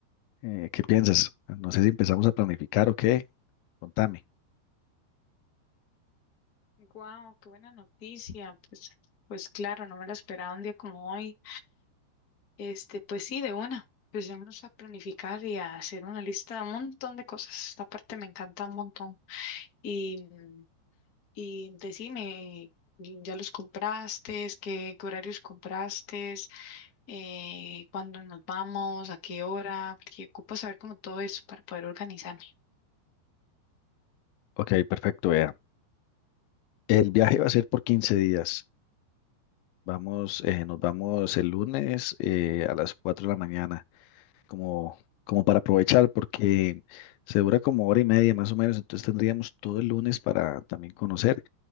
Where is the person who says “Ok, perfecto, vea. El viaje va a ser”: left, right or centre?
Left